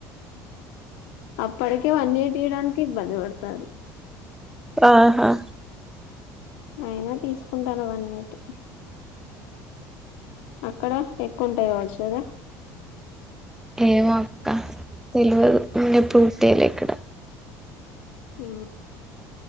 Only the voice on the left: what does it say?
అప్పటికే వన్ ఎయిటి ఇయడానికి ఇబ్బంది పడతాంరు.
అయినా తీసుకుంటాన వన్ ఎయిటి. అక్కడ ఎక్కువుంటదు కావచ్చు కదా.
ఆ